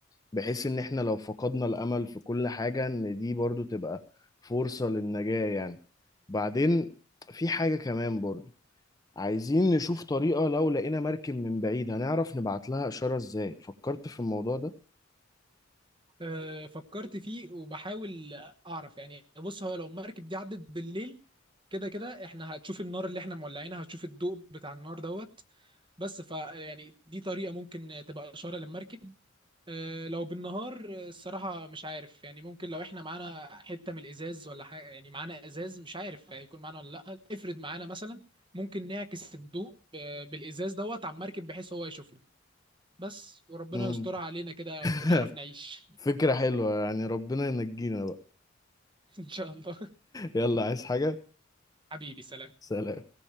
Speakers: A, on the left (about 20°); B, on the right (about 25°).
A: بحيث ان احنا لو فقدنا الامل في كل حاجه ان دي برضو تبقى فرصه للنجاه يعني بعدين في حاجه كمان برضو عايزين نشوف طريقه لو لقينا مركب من بعيد هنعرف نبعت لها اشاره ازاي فكرت في الموضوع ده
B: آه، فكرت فيه وبحاول أعرف يعني بص هو لو المركب دي عدت بالليل كده كده احنا هتشوف النار اللي احنا مولعينها هتشوف الضوء بتاع النار دوت بس ف يعني دي طريقة ممكن تبقى إشارة للمركب آه، لو بالنهار آه، الصراحة مش عارف يعني ممكن لو احنا معانا حتة من الإزاز ولا حاجة يعني معانا إزاز مش عارف هيكون معانا ولا لأ افرض معانا مثلا ممكن نعكس الضوء آه، بالإزاز دوت على المركب بحيث هو يشوفنا بس وربنا
A: مم.
B: يسترها علينا كده
A: <laughs>
B: ونعرف نعيش
A: فكره حلوه يعني ربنا ينجينا بقى
B: <laughs> إن شاء الله
A: يلا عايز حاجه
B: حبيبي سلام
A: سلام